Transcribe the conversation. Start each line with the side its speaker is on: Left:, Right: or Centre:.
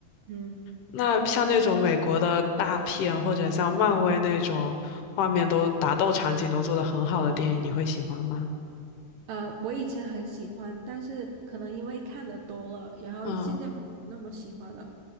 Right: 嗯
Left: 那像那种美国的大片，或者像漫威那种画面都打斗场景都做得很好的电影，你会喜欢吗？
Right: 呃，我以前很喜欢，但是可能因为看的多了，然后现在不那么喜欢了。
Left: 嗯